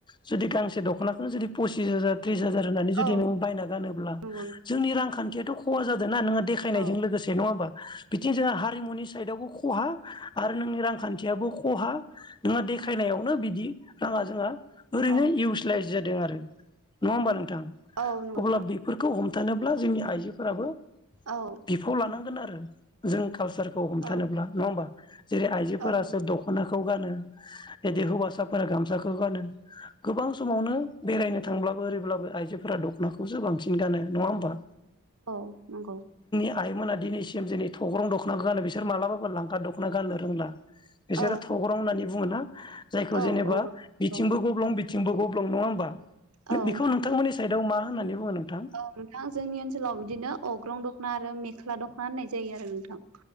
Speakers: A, on the left (about 20°); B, on the right (about 75°).
A: जुदि गांसे दख'नाखौनो जुदि पसिस हाजार त्रिस हाजार जुदि
B: औ
A: होननानै बायना गानोब्ला
B: नंगौ
A: जोंनि रांखान्थि आथ खहा जादों ना देखनायजों
B: औ
A: लोगोसे नङा हबा बिथिं जोहा हारिमुनि साइदावबो खहा आरो नोंनि रांखान्थियाबो खहा नोंहा देखायनायावनो बिदि राङा जोंहा ओरैनो
B: औ
A: इउसलाइस जादों आरो नङा होमबा नोंथां?
B: औ नंगौ
A: अब्ला
B: नोंथां
A: बेफोरखौ हम थानोब्ला जोंनि आइजोफोराबो
B: औ
A: बिफाव लानांगोन आरो जों कालसारखौ हमथानोब्ला
B: औ
A: नङा होमबा? जेरै आइजोफोरासो
B: औ नंगौ
A: दख'नाखौ गानो बिदि हौवासाफोरा गामसाखौ गानो गोबां समावनो बेरायनो थांब्लाबो ओरैब्लाबो आइजोफोरा दख'नाखौसो बांसिन गानो नङा होमबा?
B: औ नंगौ ।
A: दायोमोना दिनैसिम दिनै थग्रं दख'नाखौ गानो बिसोर मालाबाबो लांखा दखना गाननो रोंला ।
B: औ
A: बिसोरो थग्रं होननानै बुङोना जायखौ
B: औ
A: जेनेबा बिथिंबो गब्लं बि थिंबो गब्लं नङा होमबा
B: औ
A: बेखौ नोंथांमोननि साइडआव मा होननानै बुङो? नोंथां?
B: औ नोंथां जोंनि ओनसोलाव बिदिनो अग्रं दख'ना आरो मेख्ला दख'ना होननाय जायो आरो नोंथां ।